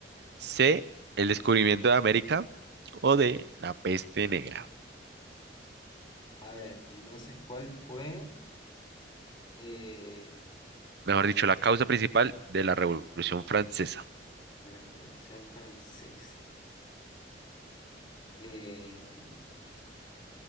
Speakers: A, on the right; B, on the left.
A: C. El descubrimiento de América. O D. La peste negra.
B: A ver, entonces, ¿cuál fue eh,
A: Mejor dicho, la causa principal de la Revolución Francesa.
B: la Revolución Francesa? Eh,